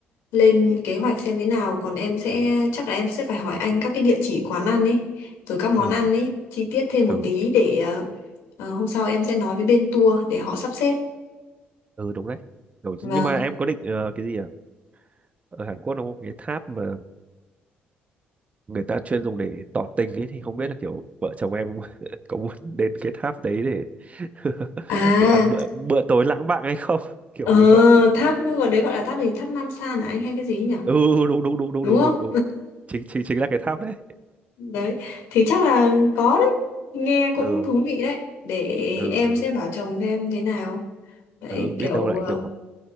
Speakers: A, on the left; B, on the right.
A: lên kế hoạch xem thế nào Còn em sẽ, chắc là em sẽ phải hỏi anh các cái địa chỉ quán ăn ấy Rồi các món
B: ừ
A: ăn ấy, chi tiết thêm một
B: ừ,
A: tí để ờ, ờ, hôm sau em sẽ nói với bên tour để họ sắp xếp
B: ừ đúng đấy Kiểu-
A: Vâng,
B: nhưng mà em có định ờ, cái gì à ở Hàn Quốc nó có cái tháp mà người ta chuyên dùng để tỏ tình ấy thì không biết là kiểu vợ chồng em có, <laughs> có muốn đến cái tháp đấy để <laughs>
A: à,
B: để ăn bữa bữa tối lãng mạn hay không <laughs> kiểu
A: ờ,
B: như vậy
A: tháp, ở đấy gọi là tháp gì, tháp Nam San à anh hay cái gì nhỉ?
B: ừ đúng đúng đúng đúng
A: Đúng
B: đúng
A: không?
B: đúng đúng chính chính chính là cái tháp đấy
A: Đấy, thì chắc là có đấy. Nghe cũng
B: ừ
A: thú vị đấy. Để
B: ừ
A: em
B: ừ,
A: sẽ bảo chồng xem thế nào. Vậy
B: ừ biết
A: kiểu
B: đâu lại
A: ờ,
B: kiểu